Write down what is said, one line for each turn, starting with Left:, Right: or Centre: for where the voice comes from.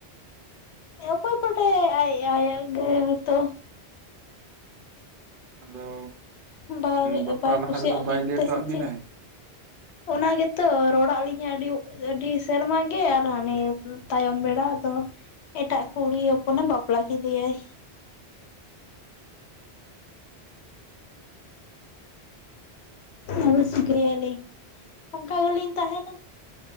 Left: ᱚᱠᱚᱭ ᱵᱟᱰᱟᱭᱟᱭ ᱟᱡ ᱟᱡ ᱜᱮ ᱦᱚᱭᱛᱚ
Right: ᱟᱫᱚ
Left: ᱵᱟᱭ
Right: ᱵᱟᱯᱞᱟᱜ
Left: ᱵᱟᱭ
Right: ᱞᱟᱦᱟ
Left: ᱠᱩᱥᱤᱭᱟᱜ
Right: ᱨᱮᱫᱚ ᱵᱟᱭ
Left: ᱞᱤᱧ
Right: ᱞᱮᱭ
Left: ᱛᱮ
Right: ᱦᱚᱴᱚᱣᱟᱜ
Left: ᱥᱮ
Right: ᱵᱤᱱᱟᱭ
Left: ᱪᱮᱫ ᱚᱱᱟ ᱜᱮᱛᱚ ᱨᱚᱲᱟᱜ ᱞᱤᱧᱟᱹ ᱟᱹᱰᱤ ᱟᱹᱰᱤ ᱥᱮᱨᱢᱟ ᱜᱮ ᱟᱨ ᱦᱟᱱᱮ ᱛᱟᱭᱚᱢ ᱵᱮᱲᱟ ᱫᱚ᱾ ᱮᱴᱟᱜ ᱠᱩᱲᱤ ᱦᱚᱯᱚᱱᱮ ᱵᱟᱯᱞᱟ ᱠᱮᱫᱮᱭᱟᱭ᱾
Right: <inaudible>
Left: ᱟᱫᱚ ᱪᱤᱠᱳᱭᱟᱞᱤᱧ ᱚᱱᱠᱟ ᱜᱮᱞᱤᱧ ᱛᱟᱦᱮᱱᱟ᱾